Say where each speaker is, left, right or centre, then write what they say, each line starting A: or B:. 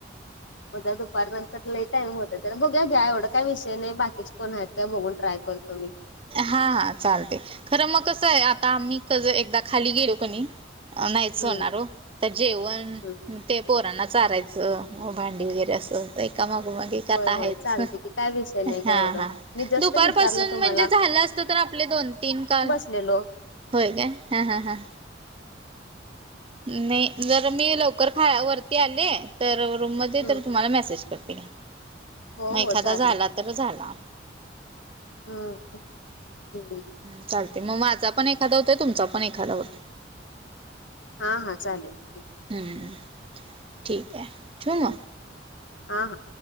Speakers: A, on the left; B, on the right.
A: उद्या दुपार नंतर लई टाईम होतय बघूया घ्या एवढं काय विषय नाही बाकीचे कोण आहेत काय बघून ट्राय करतो मी.
B: हा हा चालते खरं मग कसं आहे आता आम्ही क एकदा खाली गेलो कणी नाहीच
A: हम्म
B: होणार. त्यात जेवण
A: हम्म.
B: ते पोरांना चारायचं भांडी वगैरे असं. एका मागो मागं
A: होय
B: आहेच
A: होय चालते की काय विषय नाही का
B: हा
A: एवढं
B: हा
A: मी जस्ट
B: दुपार
A: विचारलं
B: पासून
A: तुम्हाला
B: म्हणजे झालं असत तर आपले दोन तीन काल
A: ऊठलेलो.
B: होय काय हां हां हां. नाही जर मी लवकर खा वरती आले तर रूममध्ये
A: हम्म
B: तर तुम्हाला मेसेज कर. करते.
A: हो
B: मग
A: हो
B: एखादा
A: चालेल
B: झाला तर झाला
A: हम् हम्.
B: ह चालतंय मग माझा पण एखादा होतोय तुमचा पण एखादा होतोय.
A: हा हा चालेल.
B: हम्म ठीक आहे ठेऊ मग
A: हा हा.